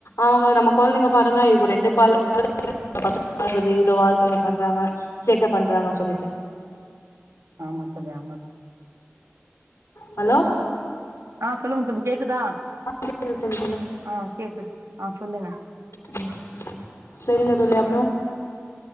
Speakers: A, on the left; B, on the right.
A: அவ்ங்க நம்ம கொழ்ந்தைங்க பாருங்க எவ் ஒர் ரெண்டுப்பாலு <inaudible> காட்றது இல்ல வாழ்தனோ பண்றாங்க சேட்ட பண்றாங்க சொல்லிட்டு
B: ஆமா தோழி ஆமா
A: ஹலோ
B: ஆ சொல்லுங்க தோழி கேக்குதா
A: ஆ கேக்குது தோழி சொல்லுங்க
B: ஆ கேக்குது ஆ சொல்லுங்க
A: ம் செரிங்க தோழி அப்றோ